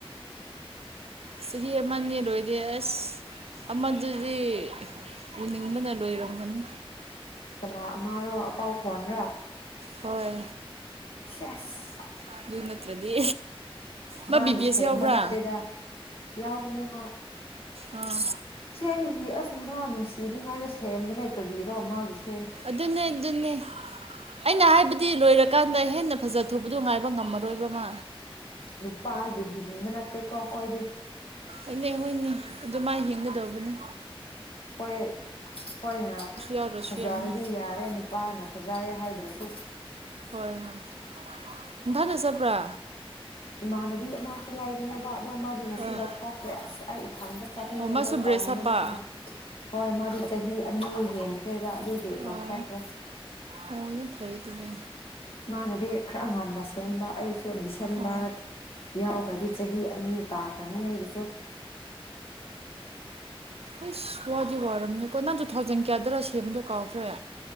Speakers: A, on the left (about 70°); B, on the right (about 85°).
A: <unintelligible>
B: ꯆꯍꯤꯍ ꯑꯃ ꯌꯦ ꯔꯣꯏꯗꯁ ꯑꯃꯗꯨꯗꯤ ꯎꯅꯤꯡꯕꯅ ꯂꯣꯏꯔꯝꯃꯅꯤ
A: ꯇꯅ ꯃꯥꯔ ꯄꯥꯎꯊꯣꯅꯔ
B: ꯍꯣꯏ
A: ꯁꯦꯁ
B: ꯑꯗꯨ ꯅꯠꯇ꯭ꯔꯗꯤ ꯃꯥ
A: ꯃꯥꯒꯤ
B: ꯕꯤꯕꯤꯁ
A: ꯁꯦꯝꯕ
B: ꯌꯥꯎꯕ꯭ꯔꯥ
A: ꯅꯠꯇꯦꯗ ꯌꯥꯎꯕꯅꯦ ꯍꯣꯏ
B: ꯑꯥ
A: ꯁꯦꯡ ꯒꯤ ꯑꯁ ꯃꯥ ꯅꯨꯡꯁꯤꯗ꯭ꯔꯤꯉꯥꯏꯗ ꯁꯦꯝꯕ ꯂꯩ ꯀ꯭ꯔꯔꯤꯔꯣ ꯃꯥꯒꯤꯁꯦ
B: ꯑꯗꯨꯅꯦ ꯑꯗꯨꯅꯦ ꯑꯩꯅ ꯍꯥꯏꯕ ꯗꯤ ꯂꯣꯏꯔꯀꯥꯟꯗ ꯍꯦꯟꯅ ꯐꯖꯊꯕꯗꯣ ꯉꯥꯏꯕ ꯉꯝꯃꯔꯣꯏꯕ ꯑꯃ
A: ꯅꯨꯄꯥ ꯍꯤꯡꯃ ꯅꯠꯇꯦꯛ ꯀꯣ ꯀꯣꯏꯗ
B: ꯍꯣꯏꯅꯦ ꯍꯣꯏꯅꯦ ꯑꯗꯨ ꯃꯥ ꯌꯦꯡꯒꯗꯧꯕꯅꯦ
A: ꯑꯩꯈꯣꯏ ꯑꯩꯈꯣꯏꯅ
B: ꯌꯥꯎꯗ꯭ꯔꯁꯨ
A: ꯐꯖꯔꯗꯤ
B: ꯌꯥꯏꯅ
A: ꯌꯥꯔꯦꯅꯤ ꯄꯥꯅ ꯐꯖꯩ ꯍꯥꯏꯗ꯭ꯔꯁꯨ
B: ꯍꯣꯏ ꯍꯣꯏ ꯏꯊꯒ ꯆꯕ꯭ꯔꯥ
A: ꯏꯃꯥꯟꯅꯕꯤ ꯑꯃꯁꯁꯨ ꯂꯩꯕꯅꯦꯕ ꯑꯗꯣ ꯃꯥꯗꯤ ꯉꯁꯤ
B: ꯑꯣ
A: ꯂꯧꯊꯣꯛꯈ꯭ꯔꯦ ꯑꯁ ꯑꯩ ꯊꯟꯗ ꯆꯥꯅꯤꯡꯉꯥꯏꯗꯣ
B: ꯑꯣ ꯃꯥꯁꯨ ꯕ꯭ꯔꯦꯁ
A: ꯄꯟꯗꯅ
B: ꯍꯥꯞꯄ
A: ꯍꯣꯏ ꯃꯥꯗꯤ ꯆꯍꯤ ꯑꯅꯤ ꯍꯦꯟꯒ꯭ꯔꯦ ꯕ ꯑꯗꯨꯒꯤ
B: ꯑꯣ
A: ꯂꯧꯊꯣꯛꯈ꯭ꯔꯦ
B: ꯑꯣ ꯌꯥꯝ ꯐꯩ ꯑꯗꯨꯗꯤ
A: ꯃꯥꯅꯗꯤ ꯈꯔ ꯉꯟꯅ ꯁꯦꯝꯕ ꯑꯩꯁꯨ ꯗꯤꯁꯦꯝꯕꯔ
B: ꯑꯣ
A: ꯌꯥꯎꯈ꯭ꯔꯗꯤ ꯆꯍꯤ ꯑꯅꯤ ꯇꯥꯈ꯭ꯔꯅꯤ ꯑꯩꯒꯤꯁꯨ
B: ꯑꯁ ꯋꯥꯗꯤ ꯋꯥꯔꯝꯅꯤꯀꯣ ꯅꯪꯗꯣ ꯊꯥꯎꯖꯟ ꯀꯌꯥꯗ꯭ꯔꯥ ꯁꯦꯝꯕꯗꯣ ꯀꯥꯎꯗ꯭ꯔ